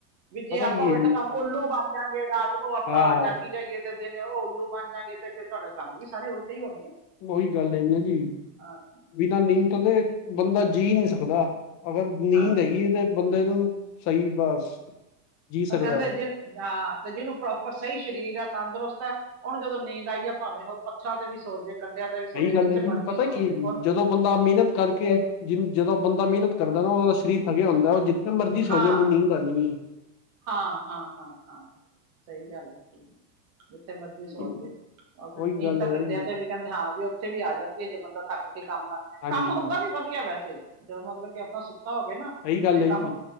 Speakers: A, on the right; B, on the left.
A: ਵੀ ਜੇ
B: ਪਤਾ
A: ਆਪਾਂ
B: ਕੀ ਹੈ
A: ਉਲਟ
B: ਜੀ
A: ਕੰਮ ਉੱਲੂ। ਬਣ ਜਾਗੇ ਰਾਤ ਨੂੰ ਆਪਾਂ
B: ਹਾਂ
A: ਝਾਕੀ ਜਾਈਏ। ਤੇ ਦਿਨੇ ਉਹ ਉੱਲੂ ਬਣ ਜਾਂਗੇ ਤੇ ਫੇਰ ਤੁਹਾਡਾ ਕੰਮ ਵੀ ਸਾਰੇ ਉਲਟੇ ਹੀ ਹੋਣਗੇ।
B: ਉਹੀ ਗੱਲ ਹੈ ਨਾ ਜੀ
A: ਹਾਂ
B: ਬਿਨਾਂ ਨੀਂਦ
A: ਸਹੀ
B: ਤੋਂ ਦੇ ਬੰਦਾ ਜੀਅ ਨਹੀਂ ਸਕਦਾ। ਅਗਰ ਨੀਂਦ
A: ਹਾਂ
B: ਹੈਗੀ ਹੈ ਤੇ ਬੰਦੇ ਨੂੰ ਸਹੀ ਬਸ। ਜੀ ਸਕਦਾ
A: ਉਹ ਕਹਿੰਦੇ ਜਿੰਨ ਹਾਂ। ਤੇ ਜਿਹਨੂੰ ਪ੍ਰੋਪਰ ਸਹੀ ਸਰੀਰ ਹੈ, ਤੰਦਰੁਸਤ ਹੈ। ਉਹਨੂੰ ਜਦੋਂ ਨੀਂਦ ਆਈ ਹੈ। ਭਾਵੇਂ ਉਹ ਪੱਥਰਾਂ ਤੇ ਵੀ ਸੌ ਜਾਵੇ। ਕੰਡਿਆਂ ਤੇ ਵੀ ਸੋ
B: ਸਹੀ
A: ਜਾਵੇ
B: ਗੱਲ
A: ਜਿੱਥੇ
B: ਹੈ ਜੀ
A: ਮਰਜ਼ੀ
B: ਪਤਾ
A: ਸੋ
B: ਕੀ
A: ਜਾਵੇ
B: ਹੈ ਜੀ
A: ਉਹਨੂੰ
B: ਜਦੋਂ ਬੰਦਾ ਮਿਹਨਤ ਕਰਕੇ। ਜਿਹਨੂੰ ਜਦੋਂ ਬੰਦਾ ਮਿਹਨਤ ਕਰਦਾ ਨਾ ਉਹਦਾ ਸਰੀਰ ਥਕਿਆ ਹੁੰਦਾ ਉਹ ਜਿੱਥੇ ਮਰਜ਼ੀ ਸੌ
A: ਹਾਂ
B: ਜੇ ਉਹਨੂੰ ਨੀਂਦ ਆ ਜਾਣੀਂ ਹੈ।
A: ਹਾਂ ਹਾਂ ਹਾਂ ਹਾਂ ਸਹੀ ਗੱਲ ਆ ਜਿੱਥੇ ਮਰਜ਼ੀ
B: ਹੈ।
A: ਸੌ ਜਾਵੇ। ਉਹ
B: ਉਹੀ
A: ਨੀਂਦ
B: ਗੱਲ
A: ਤਾਂ
B: ਹੈ ਨਾ
A: ਕੰਡਿਆ
B: ਜੀ
A: ਤੇ ਵੀ ਕਹਿੰਦੇ ਹਾਂ ਵੀ ਉੱਥੇ ਵੀ ਆ ਜਾਂਦੀ ਹੈ ਜੇ ਬੰਦਾ ਥੱਕ ਕੇ ਕੰਮ।
B: ਹਾਂਜੀ
A: ਕੰਮ ਹੁੰਦਾ ਵੀ ਵਦੀਐ ਵੈਸੇ ਜਦੋਂ ਮਤਲਬ ਕਿ ਆਪਨਾ ਸੁੱਤਾ ਹੋਵੇ ਨਾ
B: ਸਈ ਗੱਲ
A: ਤੇ
B: ਐ
A: ਕੰਮ
B: ਜੀ।